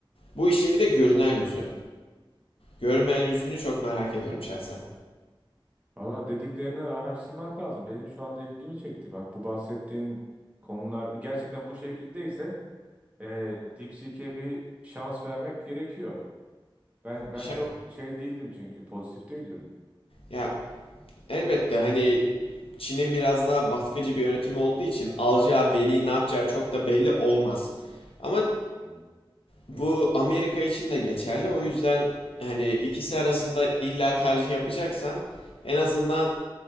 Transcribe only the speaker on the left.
bu işin bir de görünen yüzü. Görünmeyen yüzünü çok merak ediyorum şahsen.
Şa-
ya Elbette hani Çin'in biraz daha baskıcı bir yönetimi olduğu için alacağı veriyi ne yapacağı çok da belli olmaz. Ama
bu Amerika için de geçerli. O yüzden hani ikisi arasında illa tercih yapacaksam en azından